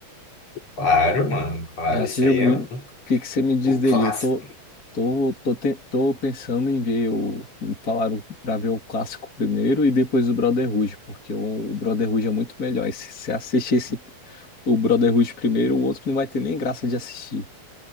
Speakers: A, on the left; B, on the left.
A: Claro, mano, claro,
B: Já se
A: isso
B: jogou.
A: aí é um-
B: O que que você me diz
A: o
B: dele?
A: clássico.
B: Eu tô, tô, tô, te- tô pensando em ver o. Falaram pra ver o clássico primeiro e depois o Brotherhood, porque o, o Brotherhood é muito melhor. E se você assistir esse, o Brotherhood primeiro, o outro não vai ter nem graça de assistir.